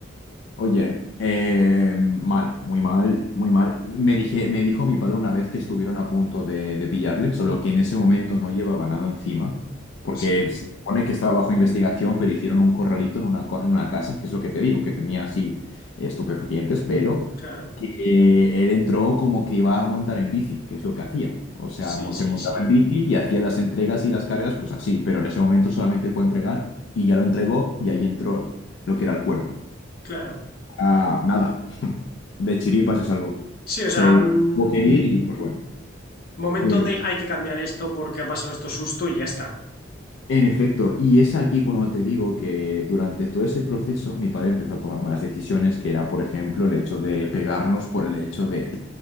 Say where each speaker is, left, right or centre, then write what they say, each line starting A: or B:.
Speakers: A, on the left; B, on the left.
A: Oye, eh, mal, muy mal, muy mal. Me dije, me dijo mi padre una vez que estuvieron a punto de, de pillarle, solo que en ese momento no llevaba nada encima, porque
B: Sí,
A: se supone que estaba bajo investigación, pero hicieron un corralito en una, co- en una casa, que es lo que te digo, que tenía así estupefacientes, pero
B: claro.
A: que él entró como que iba a montar en bici, que es lo que hacía. O sea,
B: Sí,
A: mo-
B: sí,
A: se montaba
B: sí,
A: en bici y hacía las entregas y las cargas, pues así, pero en ese momento solamente fue a entregar y ya lo entregó y ahí entró lo que era el cuerpo.
B: claro.
A: Ah, nada. <laughs> De chiripa se salvó.
B: Sí, o
A: Se
B: sea, mm,
A: tuvo que ir y pues bueno,
B: momento
A: dime, dime.
B: de hay que cambiar esto porque ha pasado esto susto y ya está.
A: En efecto, y es aquí cuando te digo que durante todo ese proceso mi padre empezó a tomar malas decisiones, que era, por ejemplo, el hecho de pegarnos por el hecho de,